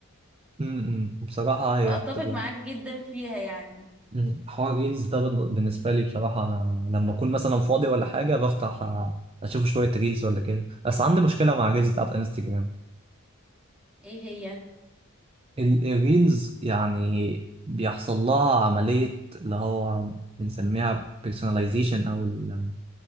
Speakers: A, on the right; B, in the centre.
A: م- م. بصراحة هي
B: فاتفق
A: بتبقى
B: معاك جدا فيها يعني
A: مم. حوار الريلز ده بال- بالنسبة لي بصراحة أنا لما أكون مثلا فاضي ولا حاجة بفتح أ- أشوف شوية ريلز ولا كده بس عندي مشكلة مع الريلز بتاعت انستجرام
B: ايه هي
A: ال- الريلز يعني بيحصل لها عملية اللي هو بنسميها personalization أو ال-